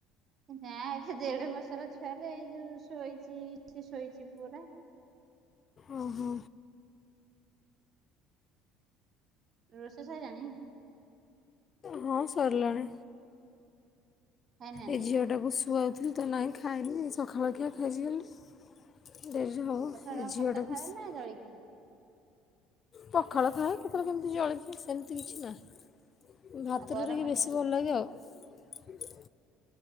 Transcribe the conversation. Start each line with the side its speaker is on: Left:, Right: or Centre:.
Right: ନାଇଁ ଏବେ ଦେଢ଼ ବର୍ଷ ତାର ଛୁଆ ଟେ ଏଇଠି ଯୋଉ ଶୋଇଛି ସେ ଶୋଇଛି ପୁଅଟା।
Left: ଓ ହୋ।
Right: ରୋଷେଇ ସରିଲାଣି?
Left: ହଁ ସରିଲାଣି,
Right: ଖାଇନାହାନ୍ତି
Left: ଏ ଝିଅ ଟାକୁ ଶୁଆ ଥିଲି ତ ନାହିଁ ଖାଇନି ସକାଳଖିଆ ଖାଇଛି ଖାଲି। ଡେରିରେ ହବ
Right: ସକାଳେ
Left: ଏ
Right: କଣ
Left: ଝିଅଟାକୁ
Right: ଭାତ ଖାଅ
Left: ଶୁ
Right: ନା ଜଳଖିଆ
Left: ପଖାଳ ଖାଏ କେତେବେଳେ କେମିତି ଜଳଖିଆ ସେମିତି କିଛି ନାହିଁ। ଭାତରେ
Right: ଆଉ ଗରମ
Left: ଟିକେ ବେଶୀ
Right: କେମିତି
Left: ଭଲ ଲାଗେ ଆଉ।